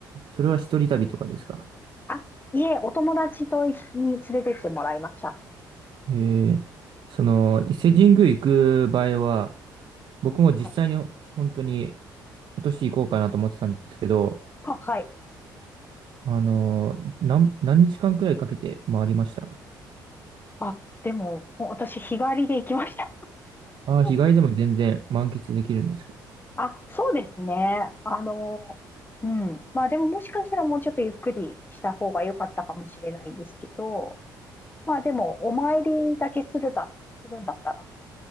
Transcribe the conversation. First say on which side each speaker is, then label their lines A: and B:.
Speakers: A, on the right; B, on the left.
A: それは一人旅とかですか
B: あ、いえ、お友達と一緒に連れてってもらいました。
A: えー、その、
B: うん
A: 伊勢神宮行く場合は、僕も実際に本当に
B: はい。
A: 今年行こうかなと思ってたんですけど、
B: あ、はい。
A: あのー、何、何日間くらいかけて回りました
B: あ、でも、もう私、日帰りで行きました。
A: ああー、
B: <laughs>
A: 日帰りでも全然満喫できるんですか
B: あ、そうですね。あの、うん。まあでももしかしたらもうちょっとゆっくりした方が良かったかもしれないんですけど、まあでも、お参りだけするだ、するんだったら、